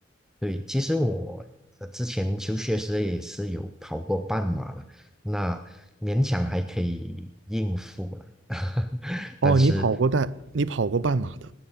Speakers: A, in the centre; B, on the right.
A: 对，其实我呃之前求学时也是有跑过半马了，那勉强还可以应付了。<laughs>
B: 哦，
A: 但是
B: 你跑过半，你跑过半马的。